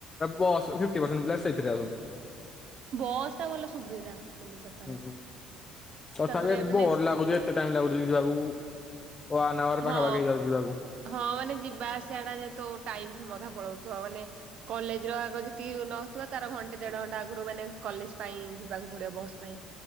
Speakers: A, on the left; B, on the right.
A: ବସ୍ ଫିଫ୍ଟି ପସେଣ୍ଟ ପିଲା ସେଇଥିରେ ଯାଉଛନ୍ତି।
B: ବସ୍ ଟା ଭଲ ସୁବିଧା ଆକଚୁଲି ସତରେ।
A: ହୁଁ ତଥାପି
B: ତାପରେ
A: ଏତେ
B: ମାନେ
A: ବୋର ଲାଗୁଛି ଏତେ ଟାଇମ ଲାଗୁଛି ଯିବାକୁ ୱାନ୍ ଆୱାର
B: ହଁ
A: ପାଖାପାଖି ହେଇଯାଉଛି ଯିବାକୁ।
B: ହଁ ମାନେ ଯିବା ଆସିବା ଟା ଯେହେତୁ ଟାଇମ ଅଧା ପଳଉଥିବା ମାନେ କଲେଜ ର ଆଗ ଯେତିକି ନଥିବ ତାର ଘଣ୍ଟେ ଦେଢ ଘଣ୍ଟା ଆଗରୁ ମାନେ କଲେଜ ପାଇଁ ଯିବାକୁ ପଡିବ ବସ୍ ପାଇଁ।